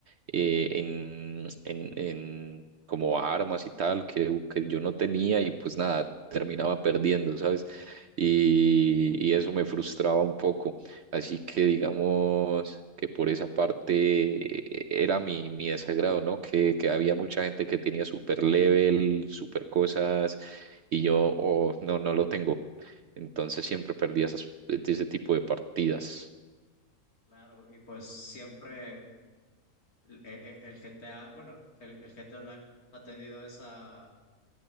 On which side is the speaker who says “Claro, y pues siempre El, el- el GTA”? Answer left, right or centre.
Left